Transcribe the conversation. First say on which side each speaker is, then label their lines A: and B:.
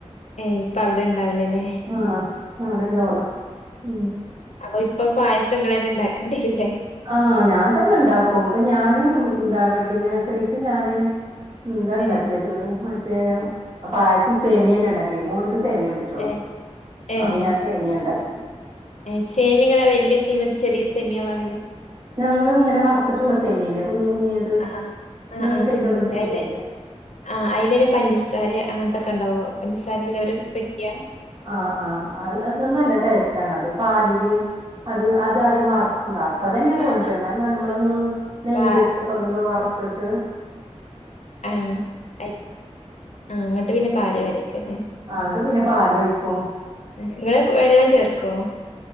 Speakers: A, on the left (about 80°); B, on the right (about 45°).
A: ഏയ് ഇപ്പൊ അവിടെ ഇണ്ടാവിലല്ലേ
B: ആഹ് അവിടെ ഉണ്ടാവുള്ളോ ഉം
A: അപ്പൊ ഇപ്പൊ പായസം ഇങ്ങള് അന്നെ ഉണ്ടാക്കേണ്ടി വരില്ലേ
B: ആഹ് ഞാൻ തന്നെ ഉണ്ടാക്കും ഇപ്പൊ ഞാന് എന്താ വെഡിങ് ആന്നിവേഴ്‌സറിക്ക് ഞാന് എന്താ ഉണ്ടാക്കിയത്
A: ഏഹ്
B: മറ്റേ പായസം സേമിയന്നെ ഉണ്ടാക്കിയേ മോന്ക്ക് സേമിയ പറ്റ് റ്റുള്ളൂ
A: ഏഹ് ഏഹ്
B: അപ്പൊ ഞാൻ സേമിയ ഇണ്ടാക്കി
A: ഏഹ് സേമിയ നിങ്ങള് വലിയ സേമിയതോ ചെറിയ സേമിയാ വാങ്ങല്
B: ഞങ്ങള് ഇങ്ങനെ വറത്തിട്ടുള്ള സേമിയ ഇല്ലേ കുഞ്ഞ് കുഞ്ഞത്
A: ആഹ് ആഹ്
B: നൈസ്
A: ആഹ്
B: ആയിട്ടുള്ള
A: കുഞ്ഞ് കുഞ്ഞ്
B: സേമിയ
A: അയില്
B: ഇല്ലേ
A: ആഹ് അയിലന്നെ പഞ്ചസാര അങ്ങനത്തൊക്കെ ഉണ്ടാവുവോ പഞ്ചസാര ഉള്ളൊരു പെട്ടിയാ
B: ആഹ് ആഹ് അ അത് നല്ല ടേസ്റ്റ് ആണ് അത് പാലില് അത് അത് ആദ്യം വറ ക്കും വറത്തത് തന്നെയ കൊണ്ടരാ
A: ആഹ്
B: എന്നാലും നമ്മളൊന്ന് നെയ്യില്
A: പാ
B: ഇട്ട് ഇപ്പൊ അങ്ങട്ട് വറത്തിട്ട്
A: ആഹ് അയി ആഹ് അങ്ങട്ട് പിന്നെ പാല് ഒഴിക്കും അല്ലെ
B: ആഹ് അന്നിട്ട് പിന്നെ പാല് ഒഴിക്കും
A: ഇങ്ങള് വെള്ളം ചേർക്കോ